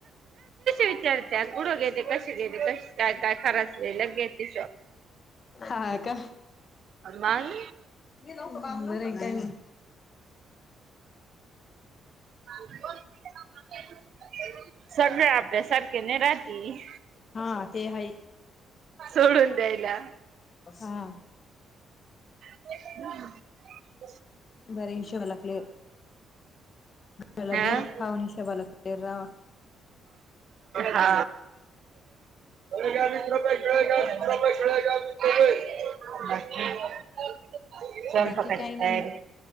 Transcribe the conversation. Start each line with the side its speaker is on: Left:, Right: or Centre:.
Right: विचारत कुठं घेते कसे घेते क काय काय खराच लगे ति
Left: हा का
Right: मग
Left: नाही काय नाही.
Right: फुटबॉल <inaudible> सगळ आपल्या सारखे न राहतील.
Left: हा ते आहे
Right: सोडून द्यायला.
Left: हा.
Right: हम.
Left: बर हिशोबाला क्लियर. घला
Right: अ
Left: घर खावा हिशेबाला तर रावा.
Right: हा. ीस रपळेीस रपे चळे <inaudible> त बाकी <inaudible> स्वयंपा
Left: बाकी
Right: काची
Left: काही नाही
Right: तयारी.